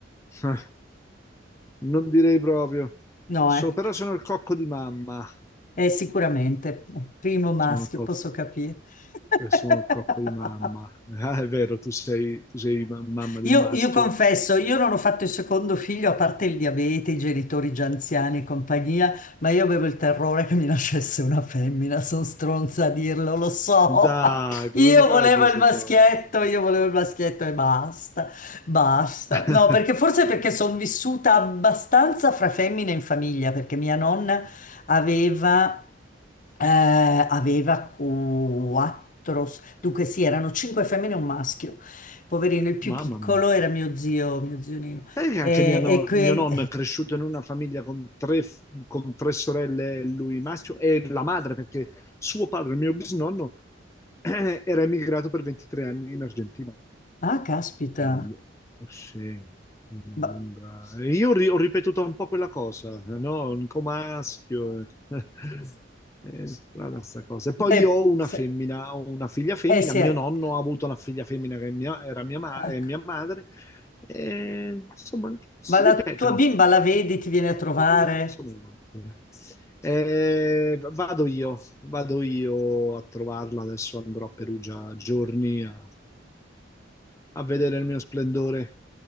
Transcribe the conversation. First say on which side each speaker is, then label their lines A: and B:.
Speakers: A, on the left; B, on the left.
A: <laughs> Non direi proprio.
B: No,
A: So-
B: eh?
A: però sono il cocco di mamma.
B: Eh, sicuramente, primo maschio,
A: Sono il, co-
B: posso capire. <laughs>
A: eh, sono il cocco di mamma. <laughs> Ah, è vero, tu sei, tu sei ma- mamma di
B: Io,
A: un maschio.
B: io confesso, io non ho fatto il secondo figlio a parte il diabete, i genitori già anziani e compagnia, ma io avevo il terrore che mi nascesse una femmina, sono stronza a dirlo, lo so.
A: Dai,
B: <laughs>
A: come
B: Io
A: fai
B: volevo
A: a dire
B: il
A: queste
B: maschietto,
A: cose?
B: io volevo il maschietto e basta, basta.
A: <laughs>
B: No, perché forse perché sono vissuta abbastanza fra femmine in famiglia, perché mia nonna aveva... Eh, aveva quattro, dunque sì, erano cinque femmine e un maschio poverino, il più
A: Mamma
B: piccolo
A: mia.
B: era mio zio, mio zio Nino.
A: Sai che
B: E,
A: anche mia no-
B: e quindi,
A: mio nonno è cresciuto in una famiglia con tre, f- con tre sorelle, lui maschio, e la madre, perché suo padre, mio bisnonno, <clears throat> era emigrato per 23 anni in Argentina.
B: ah, caspita,
A: Una lu- oh, sì, una
B: Ma-
A: lunga... E Io ri- ho ripetuto un po' quella cosa, eh, no? Un comaschio. eh. <laughs> È strana sta cosa. E poi
B: beh,
A: io ho una
B: se-
A: femmina, ho una figlia femmina.
B: eh sì,
A: Mio
B: eh,
A: nonno ha avuto una figlia femmina che è mia- era mia, ma-
B: ecco.
A: è mia madre. E, insomma, si
B: Ma la
A: ripetono.
B: tua bimba la vedi, ti viene a trovare?
A: Curiosamente. Eh, vado io, vado io a trovarla. Adesso andrò a Perugia a giorni a a vedere il mio splendore.